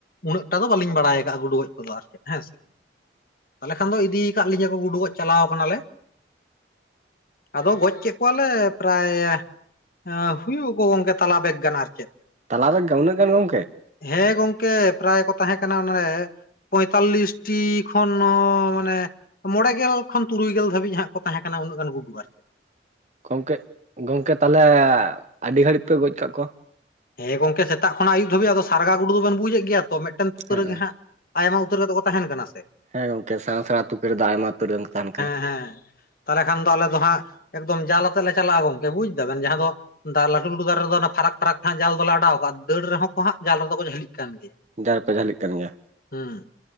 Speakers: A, on the left; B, on the right.
A: ᱩᱱᱟᱹᱜ ᱴᱟ ᱫᱚ ᱵᱟᱹᱞᱤᱧ ᱵᱟᱲᱟᱭ ᱠᱟᱜᱼᱟ ᱜᱩᱰᱩ ᱜᱚᱡ ᱠᱚᱫᱚ ᱟᱨ ᱪᱮᱫ ᱦᱮᱸ ᱥᱮ ᱛᱟᱦᱞᱮ ᱠᱷᱟᱱ ᱫᱚ ᱤᱫᱤ ᱠᱟᱫ ᱞᱤᱧᱟᱹ ᱠᱚ ᱜᱩᱰᱩ ᱜᱚᱡ ᱪᱟᱞᱟᱣ ᱥᱠᱟᱱᱟ ᱞᱮ᱾ ᱟᱫᱚ ᱜᱚᱡ ᱠᱮᱫ ᱠᱚᱣᱟ ᱞᱮ ᱯᱨᱟᱭᱟ ᱦᱩᱭᱩᱜ-ᱟ ᱟᱠᱚ ᱜᱚᱝᱠᱮ ᱛᱟᱞᱟ ᱵᱮᱜᱽ ᱜᱟᱱ ᱟᱨ ᱪᱮᱫ᱾
B: ᱛᱟᱞᱟ ᱵᱮᱜᱽ ᱜᱟᱱ ᱩᱱᱟᱹᱜ ᱜᱟᱱ ᱜᱚᱝᱠᱮ?
A: ᱦᱮᱸ ᱜᱚᱝᱠᱮ ᱯᱨᱟᱭ ᱠᱚ ᱛᱟᱦᱮᱸ ᱠᱟᱱᱟ ᱚᱱᱟᱨᱮ ᱯᱚᱭᱛᱟᱞᱤᱥ ᱴᱤ ᱠᱷᱚᱱ ᱦᱚᱸ ᱢᱟᱱᱮ ᱢᱚᱬᱮ ᱜᱮᱞ ᱠᱷᱚᱱ ᱛᱩᱨᱩᱭ ᱜᱮᱞ ᱫᱷᱟᱹᱵᱤᱡ ᱦᱟᱸᱜ ᱠᱚ ᱛᱟᱦᱮᱸ ᱠᱟᱱᱟ ᱩᱱᱟᱹᱜ ᱜᱟᱱ ᱜᱩᱰᱩ ᱟᱨ ᱪᱮᱫ᱾
B: ᱜᱚᱝᱠᱮ ᱜᱚᱝᱠᱮ ᱛᱟᱦᱞᱮ ᱟᱹᱰᱤ ᱜᱷᱟᱹᱲᱤᱡ ᱯᱮ ᱜᱚᱡ ᱠᱟᱜ ᱠᱚᱣᱟ?
A: ᱦᱮᱸ ᱜᱚᱝᱠᱮ ᱥᱮᱛᱟᱜ ᱠᱷᱚᱱᱟᱜ ᱟᱹᱭᱩᱵ ᱫᱷᱟᱹᱵᱤᱡ ᱟᱫᱚ ᱥᱟᱨᱜᱟ ᱜᱩᱰᱩ ᱫᱚᱵᱤᱱ ᱵᱩᱡᱮᱫ ᱜᱮᱭᱟ ᱛᱚ ᱢᱤᱫᱴᱟᱱ ᱛᱩᱠᱟᱹ
B: ᱦᱮᱸ
A: ᱨᱮ ᱦᱟᱸᱜ᱾ ᱟᱭᱢᱟ ᱩᱛᱟᱹᱨ ᱠᱟᱛᱮ ᱠᱚ ᱛᱟᱦᱮᱱ ᱠᱟᱱᱟ ᱥᱮ᱾
B: ᱦᱮᱸ ᱜᱚᱝᱠᱮ ᱥᱮᱸᱲᱟ ᱥᱮᱸᱲᱟ ᱛᱩᱠᱟ. ᱨᱮᱫᱚ ᱟᱭᱢᱟ ᱩᱛᱟ. ᱛ ᱜᱮ ᱛᱟᱸᱦᱮ ᱠᱟᱱᱟ᱾
A: ᱦᱮᱸ᱾ ᱛᱟᱦᱞᱮ ᱠᱷᱟᱱ ᱫᱚ ᱟᱞᱮ ᱫᱚ ᱦᱟᱸᱜ ᱮᱠᱫᱚᱢ ᱡᱟᱞ ᱟᱛᱮᱜ ᱞᱮ ᱪᱟᱞᱟᱜᱼᱟ ᱜᱚᱝᱠᱮ ᱵᱩᱡ ᱫᱟ ᱵᱤᱱ ᱡᱟᱦᱟᱸ ᱫᱚ ᱞᱟᱹᱴᱩ ᱞᱟᱹᱴᱩ ᱫᱟᱨᱮ ᱨᱮᱫᱚ ᱯᱷᱟᱨᱟᱠ ᱯᱷᱟᱨᱟᱠ ᱦᱟᱸᱜ ᱡᱟᱞ ᱫᱚᱞᱮ ᱚᱰᱟᱣ ᱠᱟᱜᱼᱟ ᱫᱟᱹᱲ ᱨᱮᱦᱚᱸ ᱠᱚ ᱦᱟᱸᱜ ᱡᱟᱞ ᱨᱮᱫᱚ ᱠᱚ ᱡᱷᱟᱹᱞᱤᱜ ᱠᱟᱱ ᱜᱮᱭᱟ᱾
B: ᱢᱟᱞ ᱨᱮᱠᱚ ᱡᱷᱟᱹᱞᱤᱜ ᱠᱟᱱ ᱜᱮᱭᱟ᱾
A: ᱦᱩᱸ᱾